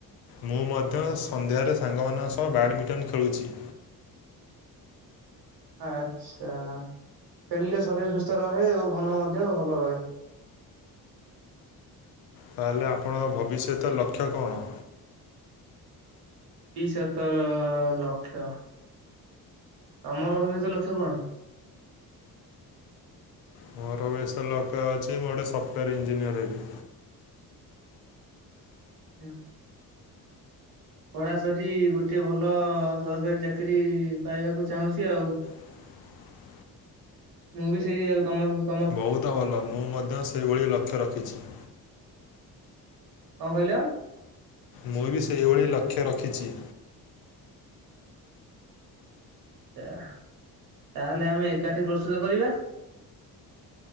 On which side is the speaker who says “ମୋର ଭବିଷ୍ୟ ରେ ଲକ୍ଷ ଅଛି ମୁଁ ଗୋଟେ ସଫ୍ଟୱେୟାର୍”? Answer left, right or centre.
Left